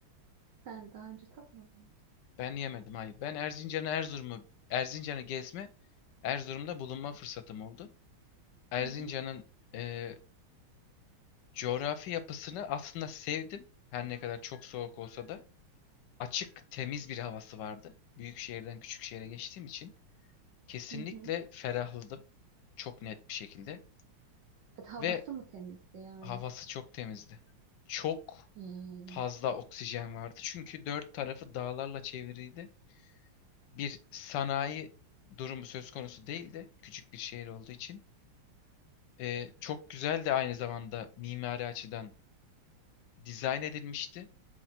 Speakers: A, on the right (about 60°); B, on the left (about 65°).
A: Sen daha önce tatmadın mı?
B: Ben yemedim hayır. Ben Erzincan'ı Erzurum'u Erzincan'ı gezme, Erzurum'da bulunma fırsatım oldu. Erzincan'ın
A: Hı hı.
B: e, coğrafi yapısını aslında sevdim. Her ne kadar çok soğuk olsa da açık, temiz bir havası vardı. Büyük şehirden küçük şehre geçtiğim için kesinlikle
A: Hı hı.
B: ferahladım. Çok net bir şekilde
A: Evet, Havası
B: ve
A: mı temizdi yani?
B: havası çok temizdi. Çok
A: Hmm,
B: fazla oksijen vardı. Çünkü dört tarafı dağlarla çevriydi bir sanayi durumu söz konusu değildi. Küçük bir şehir olduğu için. Ee, çok güzel de aynı zamanda mimari açıdan dizayn edilmişti.